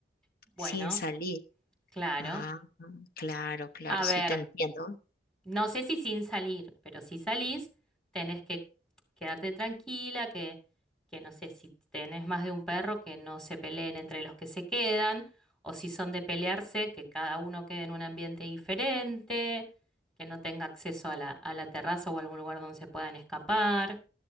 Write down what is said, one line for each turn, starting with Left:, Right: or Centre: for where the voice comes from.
Centre: Bueno,
Left: sin salir.
Centre: claro.
Left: Ah, claro, claro,
Centre: A
Left: sí
Centre: ver.
Left: te entiendo.
Centre: No sé si sin salir, pero si salís, tenés que quedarte tranquila, que, que no sé si tenés más de un perro, que no se peleen entre los que se quedan, o si son de pelearse, que cada uno quede en un ambiente diferente, que no tenga acceso a la, a la terraza o algún lugar donde se puedan escapar.